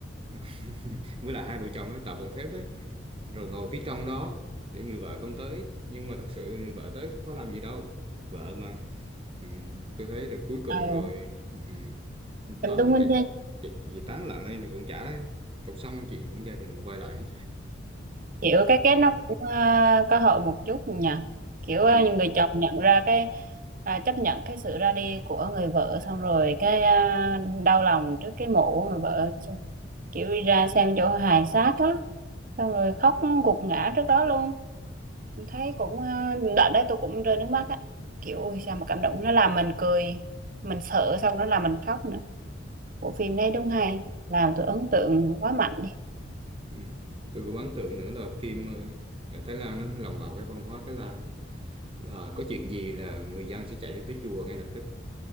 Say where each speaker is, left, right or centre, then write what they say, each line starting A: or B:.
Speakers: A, on the right; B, on the right.
A: <laughs> với lại hai vợ chồng nó tạo vòng phép đấy rồi ngồi phía trong đó để người vợ không tới nhưng mà thật sự người vợ tới có làm gì đâu vợ mà ừ, tôi thấy là cuối cùng
B: Ừ.
A: rồi ừ, ừ,
B: Em
A: Toán
B: đúng anh
A: chạy chạy chạy tán loạn lên rồi cũng chả cũng xong chuyện cũng gia đình cũng quay lại hết.
B: kiểu cái kết nó cũng ờ, có hậu một chút nhỉ kiểu ờ,
A: ừ.
B: những người chồng nhận ra cái à, chấp nhận cái sự ra đi của người vợ xong rồi cái à, đau lòng trước cái mộ của người vợ xong kiểu đi ra xem chỗ hài xác á xong rồi khóc gục ngã trước đó luôn mình thấy cũng à, đợt đấy tôi cũng rơi nước mắt á kiểu ui sao mà cảm động nó làm mình cười mình sợ xong nó làm mình khóc nữa bộ phim này đúng hay làm tôi ấn tượng quá mạnh đi
A: Ừ. Tôi cũng ấn tượng nữa là phim ờ, ở Thái Lan nó lồng vào cái văn hóa Thái Lan ấy. là có chuyện gì là người dân sẽ chạy tới chùa ngay lập tức